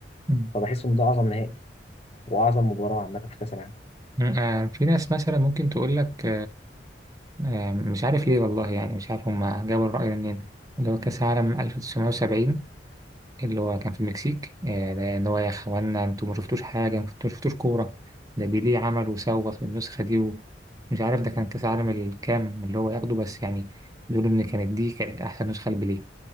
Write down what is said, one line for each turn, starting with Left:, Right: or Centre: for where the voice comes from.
Right: مم.
Left: فبحس إن ده أعظم نهائي وأعظم مباراة عامة في كأس العالم
Right: آه، في ناس مثلا ممكن تقول لك آه، مش عارف ليه والله يعني مش عارف هما جابوا الرأي ده منين اللي هو كأس العالم 1970 اللي هو كان في المكسيك آه، ده إن هو يا إخوانا أنتوا ما شفتوش حاجة أنتوا ما شفتوش كورة ده بيليه عمل وسوى في النسخة دي ومش عارف ده كان كأس العالم الكام اللي هو ياخده بس يعني بيقولوا إن كانت دي كانت أحسن نسخة لبيليه